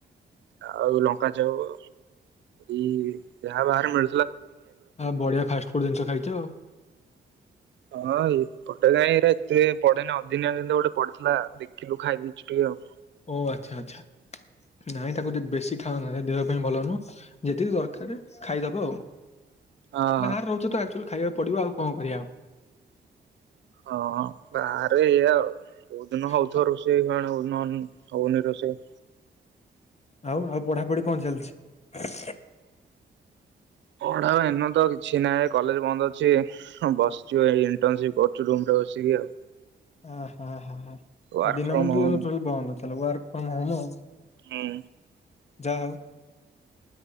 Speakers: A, on the right; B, on the left.
A: ଆଉ ଲଙ୍କାଚପ ଏଇ ଯାହା ବାହାରେ ମିଳୁ
B: ଆଉ ବଢିଆ ଫାଷ୍ଟଫୁଡ ଜିନିଷ ଖାଇଛ ଆଉ।
A: ହଁ ଏପଟେ କାଇଁ ଏରା ଏତେ ପଡେନ ଦିନେ ସେମିତି ଗୋଟେ ପଡିଥିଲା ଦେଖିଲୁ ଖାଇ ଦେଇଚୁ ଟିକେ ଆଉ।
B: ଓ ଆଚ୍ଛା ଆଚ୍ଛା ନାଇଁ ତାକୁ ଟିକେ ବେଶୀ ଖାଅନାରେ ଦେହ ପାଇଁ ଭଲ ନୁହଁ ଯେତିକି ଦରକାର ଖାଇଦବ ଆଉ।
A: ହଁ
B: ବାହାରେ ରହୁଚ ତ ଆକଚୁଆଲି ଖାଇବାକୁ ପଡିବ ଆଉ କଣ କରିବା।
A: ହଁ ବାହାରେ ଏୟା ଆଉ କଉଦିନ ହଉଥିବ
B: ଆଉ।
A: ରୋଷେଇ <unintelligible> ହଉନି ରୋଷେଇ।
B: ଆଉ ଆଉ ପଢାପଢି କଣ ଚାଲିଛି।
A: ପଢା ଏନତ କିଛି ନାହିଁ କଲେଜ ବନ୍ଦ ଅଛି ବସିଚୁ ଏଇ ଇଣ୍ଟରସିପ କରୁଚୁ ରୁମରେ ବସିକି ଆଉ
B: ଆ ହା ହା ଆଉ
A: ୱାର୍କ
B: ଦିନ
A: ଫ୍ରମ
B: <unintelligible>
A: ହୋମ
B: ଟୋଲ ବନ୍ଦ ନଥିଲା ୱର୍କ୍ ଫ୍ରମ୍ ହୋମ୍ ଆଉ।
A: ହୁଁ।
B: ଯା ହଉ।